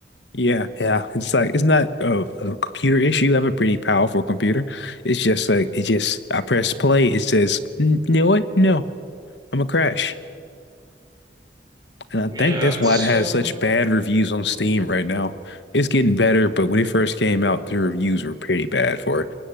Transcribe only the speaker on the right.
Yeah,
it's
uh,